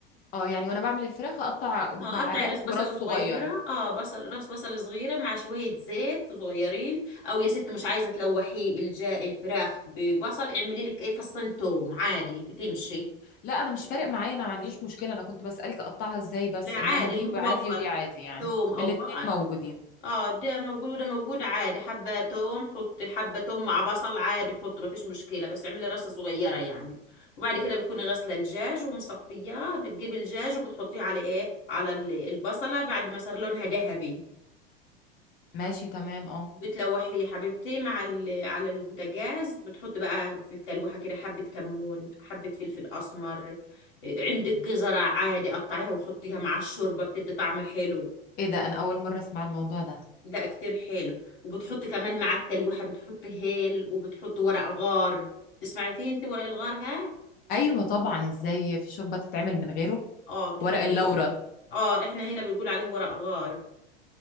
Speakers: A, on the left; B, on the left.
A: اه يعني وانا بعمل الفراخ اقطع مكعبات
B: اه قطعي راس بصل
A: وراس صغيره
B: صغيرة اه بصل راس بصل صغيرة مع شوية زيت صغيرين او يا ست مش عايزة تلوحي الجا الفراخ ببصل اعملي لك ايه فصين توم عادي بتمشي
A: لا انا مش فارق معايا انا ما عنديش مشكله انا كنت بسالك اقطعها ازاي بس
B: لا عادي
A: انما دي
B: المتوفر
A: عادي ودي عادي يعني
B: توم او
A: الاتنين
B: بقى اه
A: موجودين
B: آه، ده موجود وده موجود عادي حبة توم حطي حبة توم مع بصل عادي حطي مفيش مشكلة بس اعملي راس صغيرة يعني وبعد كده بتكوني غاسلة الدجاج ومصفياه بتجيبي الدجاج وبتحطيه على ايه على ال- البصلة بعد ما صار لونها ذهبي
A: ماشي تمام اه
B: بتلوحي يا حبيبتي مع ال... على البوتاجاز بتحط بقى في التلوحة كده حبة كمون حبة فلفل أسمر إيه، عندك جزرة عادي قطعيها وحطيها مع الشوربة بتدي طعم حلو
A: ايه ده انا اول مره اسمع الموضوع ده
B: لا كتير حلو وبتحط كمان مع التلوحة بتحط هيل وبتحط ورق غار تسمعي فيه انت ورق الغار ها
A: ايوه طبعا ازاي في شوربه تتعمل من غيره
B: اه بتحطي
A: ورق اللورا
B: اه احنا هنا بنقول عليه ورق غار